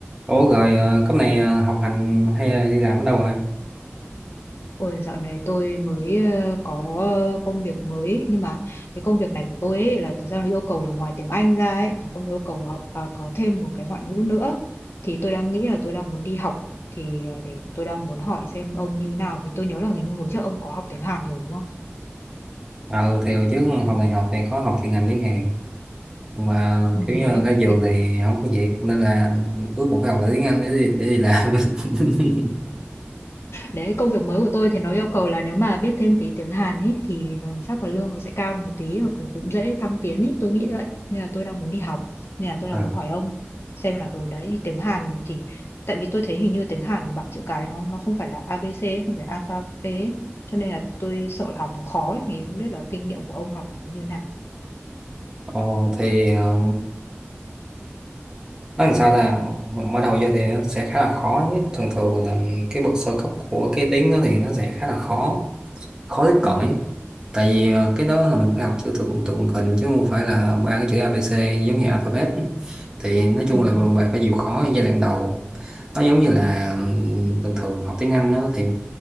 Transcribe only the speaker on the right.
Ủa rồi ờ, cấp này ờ, học hành hay là đi làm ở đâu rồi?
Ờ thì hồi trước học đại học thì có học chuyên ngành tiếng Hàn mà
kiểu như
ra trường
thì không có việc nên là cuối cùng phải học lại tiếng Anh để đi, để đi làm. <laughs>
Ờ
Ờ, thì ờ, nó làm sao ta mở đầu vô thì nó sẽ khá là khó chứ. Thường thường là cái bậc sơ cấp của cái tiếng đó thì nó sẽ khá là khó khối
cõi tại vì ờ, cái đó là mình phải học chữ tượng tượng hình chứ không phải là ba cái chữ A ABC giống như alphabet thì nói chung
là bạn phải chịu khó ở giai đoạn đầu nó giống như là ừm, bình thường học tiếng Anh đó thì